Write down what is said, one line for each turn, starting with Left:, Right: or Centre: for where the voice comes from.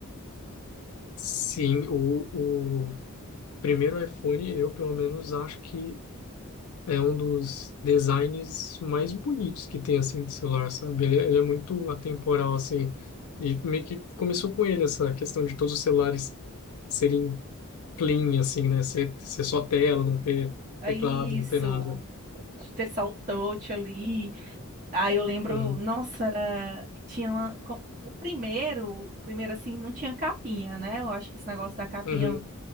Left: Sim, o, o primeiro iPhone, eu pelo menos acho que É um dos designs mais bonitos que tem, assim, de celular, sabe? Ele, é, ele é muito atemporal, assim. E meio que começou com ele essa questão de todos os celulares serem clean, assim, né? Ser, ser só tela, não ter
Right: é
Left: teclado,
Right: isso,
Left: não ter nada.
Right: ter só o touch ali. Aí eu lembro,
Left: Uhum,
Right: nossa, era, tinha uma- co- o primeiro, o primeiro assim, não tinha capinha, né? Eu acho que esse negócio da capinha
Left: uhum,